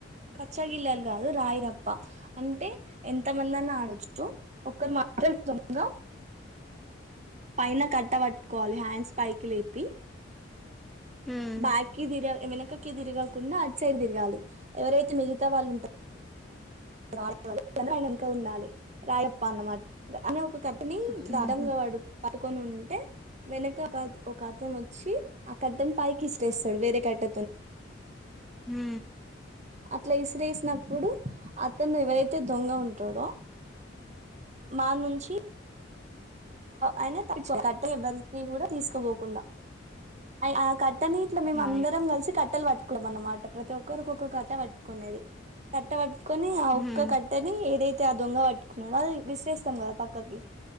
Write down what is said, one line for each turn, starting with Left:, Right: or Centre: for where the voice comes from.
Right: కచ్చ గిన్నెలు కాదు రాయిరప్ప తప్ప అంటే ఎంత మంది అన్న ఆడొచ్చు ఒకరు మాత్రం దొంగ పైన కట్ట పట్టుకోవాలి హ్యాండ్స్ పైకి లే పి
Centre: ఉమ్,
Right: బకి దిరి వెనకకి తిరిగాకుండా సైడ్ తిరగాలి ఎవరైతే మిగతా వాళ్ళు ఉంటారో.. ఆయన వెనక ఉండాలి. రాయప్ప అన్నమాట అనే ఒక కట్టని. ఇట్లా
Centre: ఉమ్,
Right: అడంగా పడు పడుకొని ఉంటే వెనక ఒక ఒక అతను వచ్చి ఆ కట్టని పైకి.. స్టేస్ సడు వేరేట్ట.
Centre: హు.
Right: స్లైస్ విసిరేసినప్పుడు అతను ఎవరైతే దొంగ ఉంటాడో మా నుంచి.. అయినా కట్టె ఎవ్వరికి కూడా తీసుకుపోకుండా ఆ కట్ట నీట్లో మేము.
Centre: అవును
Right: అందరం కలిసి కట్టెలు పట్టుకోవ అన్నమాట ప్రతి ఒక్క. ఒకక్కరికొక్క కథ పట్టుకునేది కట్టవ ట్టుకొని ఆ ఉక్క
Centre: ఉమ్,
Right: కట్టని ఏదైతే ఆ దొంగ పట్టుకున్నాడో అది విశ్రస్తాం కదా పక్కకి